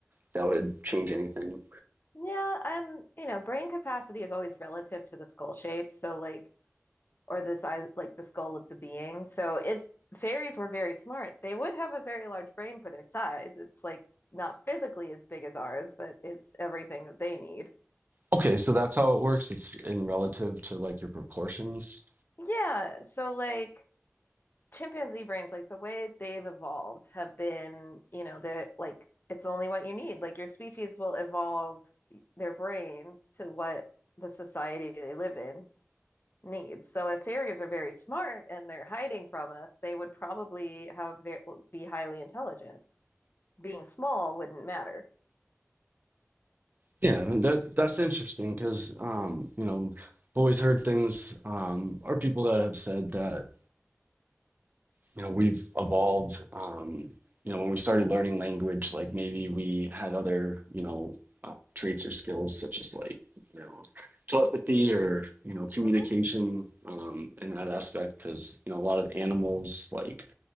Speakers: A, on the right (about 40°); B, on the left (about 45°).
A: that would change anything.
B: Yeah, um, you know, brain capacity is always relative to the skull shape. So, like, or the size like the skull of the being. So if fairies were very smart, they would have a very large brain for their size. It's like not physically as big as ours, but it's everything that they need.
A: Okay, so that's how it works. It's in relative to like your proportions.
B: Yeah, so like chimpanzee brains, like the way they've evolved have been, you know, they're like it's only what you need. Like your species will evolve their brains to what the society they live in. needs. So if fairies are very smart and they're hiding from us, they would probably have ve- be highly intelligent. Being small wouldn't matter.
A: Yeah, and that that's interesting because um, you know, I've always heard things um, or people that have said that you know we've evolved um you know when we started learning language like maybe we had other you know uh, traits or skills such as like you know telepathy or you know communication
B: hmm
A: um in that aspect because you know a lot of animals like